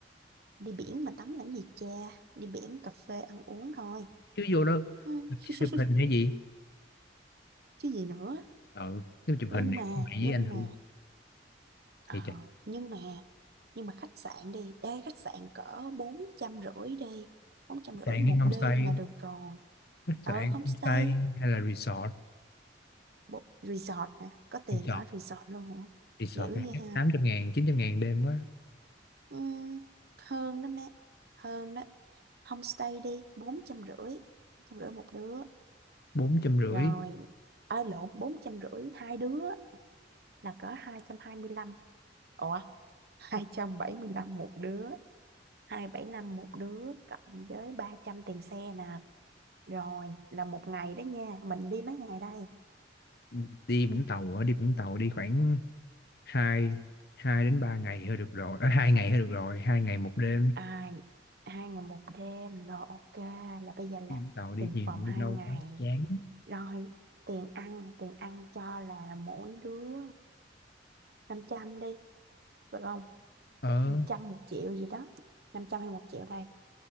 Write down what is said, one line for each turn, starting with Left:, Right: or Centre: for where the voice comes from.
Right: đi biển mà tắm làm gì cha đi biển cà phê ăn uống thôi
Left: chứ vô đó
Right: ừ. <laughs>
Left: chụp hình hay gì
Right: chứ gì nữa
Left: ờ nếu chụp
Right: nhưng
Left: hình thì
Right: mà
Left: có mày
Right: nhưng
Left: với anh
Right: mà
Left: thôi
Right: ờ,
Left: thì chạy
Right: nhưng mà nhưng mà khách sạn đi ê khách sạn cỡ bốn trăm rưỡi đi bốn trăm
Left: sạn
Right: rưỡi một
Left: homestay
Right: đêm là được rồi
Left: khách sạn
Right: ở homestay
Left: homestay hay là resort
Right: bộ resort nè có tiền
Left: resort
Right: ở resort luôn hả
Left: resort
Right: dữ vậy
Left: cái hát
Right: ha
Left: 800 ngàn 900 ngàn đêm quá
Right: Ừm, hơn đó má hơn đó homestay đi bốn trăm rưỡi trăm rưỡi một đứa
Left: bốn trăm rưỡi
Right: rồi ở lộn bốn trăm rưỡi hai đứa là cỡ hai trăm hai mươi lăm ủa hai trăm bảy mươi lăm một đứa hai bảy lăm một đứa cộng với ba trăm tiền xe nè rồi là một ngày đó nha mình đi mấy ngày đây
Left: Ừ. đi Vũng Tàu ở đi Vũng Tàu đi khoảng hai hai đến ba ngày thôi được rồi ở hai ngày thôi được rồi hai ngày một đêm
Right: à, hai ngày một đêm rồi ok là bây giờ là
Left: Ừ. Tàu đi
Right: tiền
Left: nhiều
Right: phòng hai
Left: đi lâu
Right: ngày
Left: quá chán
Right: rồi tiền ăn tiền ăn cho là mỗi đứa 500 đi được không
Left: ờ
Right: năm trăm một triệu gì đó năm trăm hay một triệu đây